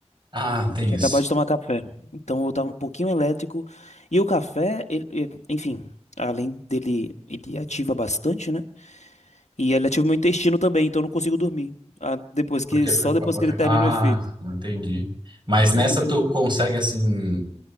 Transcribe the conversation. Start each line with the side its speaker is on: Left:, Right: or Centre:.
Right: Ah,
Left: que
Right: tem
Left: Eu tinha
Right: isso.
Left: acabado de tomar café. Então eu tava um pouquinho elétrico. E o café, ele, ele- enfim, além dele, ele ativa bastante, né? E ele ativa meu intestino também, então eu não consigo dormir. Ah, depois que,
Right: Porque
Left: só
Right: foi acabar.
Left: depois que ele termina
Right: Ah,
Left: o efeito.
Right: entendi. Mas
Left: <laughs>
Right: nessa
Left: Entendeu?
Right: tu consegue assim,